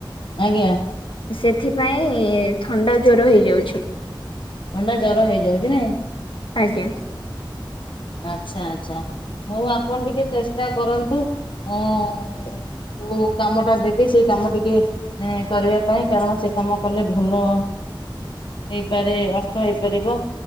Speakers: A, on the left; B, on the left.
A: ଆଜ୍ଞା
B: ସେଥିପାଇଁ ଥଣ୍ଡା ଜ୍ଵର ହେଇଯାଉଛି।
A: ଥଣ୍ଡା ଜ୍ୱର ହେଇଯାଉଛି ନାଇଁ।
B: ଆଜ୍ଞା।
A: ଆଚ୍ଛା ଆଚ୍ଛା ହଉ ଆପଣ ଟିକେ ଚେଷ୍ଟା କରନ୍ତୁ ଅ ଯୋଉ କାମ ଟା ଦେବି ସେଇ କାମ ଟିକେ ଏ କରିବା ପାଇଁ କାରଣ ସେ କାମ କଲେ ଭଲ ହେଇପାରେ ଅର୍ଥ ହେଇପାରିବ